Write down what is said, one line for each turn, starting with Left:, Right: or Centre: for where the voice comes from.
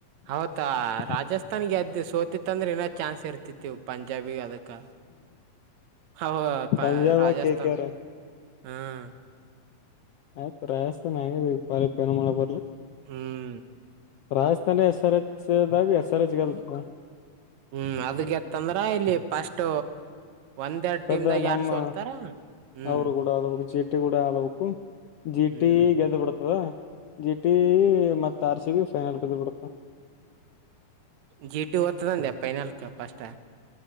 Right: ಅವತ್ತು
Left: ಹ್ಮ್
Right: ರಾಜಸ್ಥಾನಗೆ ಸೋತಿತ್ತ ಅಂದ್ರ ಇನ್ನ ಚಾನ್ಸ್ ಇರ್ತಿತ್ ಇವ ಪಂಜಾಬಿ ಅದಕ್ ಆವಾ
Left: Punjab
Right: Rajasthan
Left: K K R
Right: ಹ್ಮ್
Left: ಆಯ್ತ್ ರಯಸ್ತ ನ ಪಪ್ ಏನ ಮಾಡಕ್ ಬರ್ಲಿ
Right: ಹ್ಮ್
Left: ರಾಜಸ್ಥಾನ ಎಸ್ ಆರ್ ಎಚ್ ದಾಗ ಎಸ್ ಆರ್ ಎಚ್ಲ್ತ
Right: ಹ್ಮ್ ಅದಗೆತ್ತ ಅಂದ್ರ ಇಲ್ಲಿ ಫಸ್ಟ್ ಒಂದೆ ಟೀಮ್
Left: ಸದ್ದ
Right: ದಾಗ ಯಾರು
Left: ನಮ್ಮ
Right: ಸೋಲ್ತಾರ ಹ್ಮ್
Left: ಅವರು ಕೂಡ ಆಡಬೇಕು ಜೀಟಿ ಕೂಡ ಆಡಬೇಕು ಜೀಟಿ
Right: ಹ್ಮ್
Left: ಗೆದ್ದ್ ಬಿಡ್ತದ. ಜಿ ಟಿ ಮತ್ತ ಆರ್ ಸಿ ಬಿ ಫೈನಲ್ ಬಿದ್ದ್ ಬಿಡತ
Right: ಜಿ ಟಿ ಹೋತತದ ಅಂದೆ ಫೈನಲ್ಕ್ ಫಸ್ಟ್